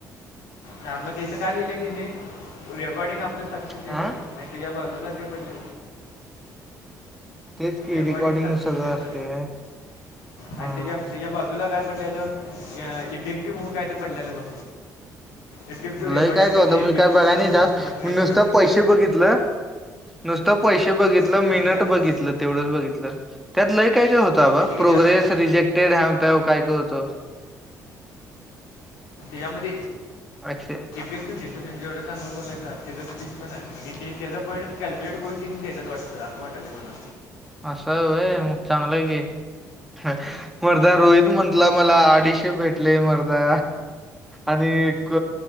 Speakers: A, on the left; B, in the centre.
A: हा मग तेचं काय लिहिलंय तिने रेकॉर्डिंग आपलं सक्सेस येतय
B: हा
A: आणि तुझ बघ तुला ते म्हटले
B: तेच की
A: रेकॉर्डिंग सक्सेस
B: सगळं
A: येतो
B: असते
A: आणि
B: हा
A: त्याच्या त्याच्या बाजूला काय पडलेलं अह इफेक्टिव्ह होऊन काय तर पडलेलं बघ इफेक्टिव्ह रेकॉर्डिंग
B: लय काय काय होत
A: ते इफेक्टिव्ह
B: मी काय बघाय
A: कॉन्व्हर्सेशन
B: नाही जास्त
A: असं काय
B: मी
A: तर
B: नुसत
A: पडलेलं
B: पैसे बघितलं नुसत पैसे बघितल
A: किती
B: मिनिट
A: किती आलं
B: बघितलं तेवढंच बघितलं, त्या लय काय काय होतं आबा
A: किती किती
B: प्रोग्रेस
A: आलं
B: रिजेक्टेड ह्याव त्याव काय काय होत.
A: यामध्ये <unintelligible>
B: ऍक्सेप्ट
A: जेवढ चांगलं बोललंय ना त्याचं स्पीच पण आहे म्ह ते त्याचं पॉईंट कॅल्क्युलेट करून ते देतात वाटत अस वाटायलय मला
B: असं आहे व्हय मग चांगलं आहे की मरदा रोहित म्हटला मला अडीशे भेटले मरदा आणि एक